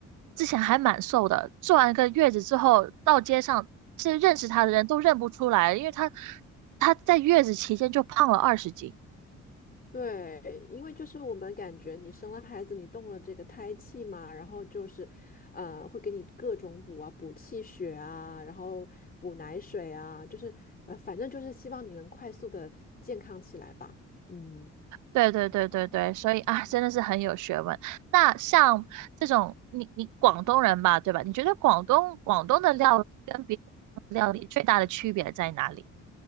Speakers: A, on the right; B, on the left.
A: 之前还蛮瘦的，做完一个月子之后，到街上是认识他的人都认不出来，因为他他在月子期间就胖了二十斤。
B: 对，因为就是我们感觉你生了孩子，你动了这个胎气嘛，然后就是，呃，会给你各种补啊，补气血啊，然后补奶水啊，就是呃，反正就是希望你能快速的健康起来吧。嗯，
A: 对对对对对，所以啊，真的是很有学问。那像这种，你你广东人吧，对吧？你觉得广东广东的料理跟别的料理最大的区别在哪里？